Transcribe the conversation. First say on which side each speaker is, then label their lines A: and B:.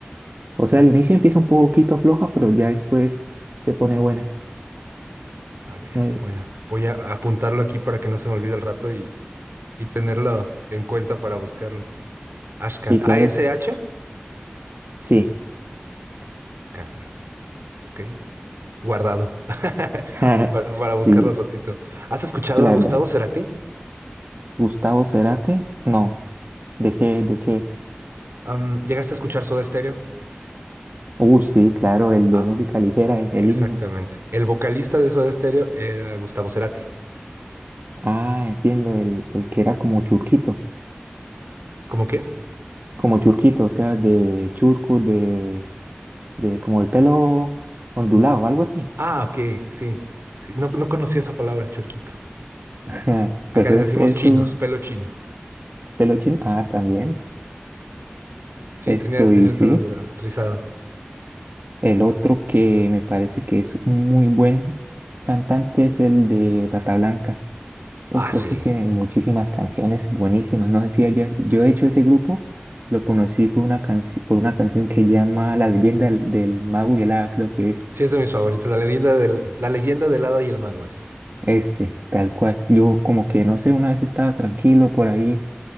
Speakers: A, on the right; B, on the right.
A: O sea, al inicio empieza un poquito floja, pero ya después se pone buena.
B: A ver,
A: Eh,
B: voy a, voy a apuntarlo aquí para que no se me olvide el rato y, y tenerlo en cuenta para buscarlo. Ashkan.
A: sí, claro,
B: A-S-H.
A: es, sí,
B: Can. Ok. Guardado. <laughs>
A: <laughs>
B: Para, para buscarlo
A: sí.
B: al ratito. ¿Has escuchado
A: Es que la
B: a Gustavo
A: verdad.
B: Cerati?
A: Gustavo Cerati, no, ¿de qué, de qué es?
B: Am, ¿llegaste a escuchar Soda Stereo?
A: Uy, sí, claro, el de
B: Ah,
A: música ligera, el, el
B: exactamente.
A: himno.
B: El vocalista de Soda Stereo era Gustavo Cerati.
A: Ah, entiendo, el, el que era como churquito,
B: ¿Cómo qué?
A: como churquito, o sea, de churco, de, de como el pelo ondulado, algo así.
B: Ah, ok, sí. Sí, no, no conocía esa palabra, churquito.
A: <laughs> Pues
B: Acá les
A: es,
B: decimos
A: es
B: chinos,
A: un
B: pelo chino.
A: pelo chino. Ah, también,
B: Sí,
A: esto
B: tenía, tenía
A: y
B: el
A: sí.
B: pelo ondulado, rizado.
A: El otro que me parece que es un muy buen cantante es el de Bata Blanca. Uf,
B: Ah, sí.
A: ese tiene muchísimas canciones buenísimas. No sé si haya- yo he hecho ese grupo, lo conocí fue una canci- por una canción que llama La leyenda del, del mago y el hada, creo que es
B: Sí, es de mis favoritos. La leyenda del, la leyenda del hada y el mago es.
A: ese, tal cual. Yo como que no sé, una vez estaba tranquilo por ahí